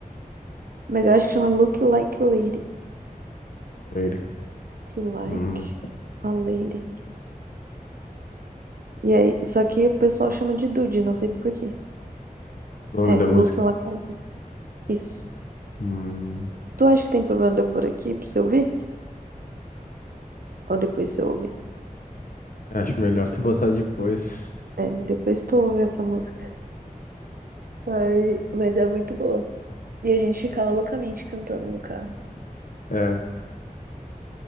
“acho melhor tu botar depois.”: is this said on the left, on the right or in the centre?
Left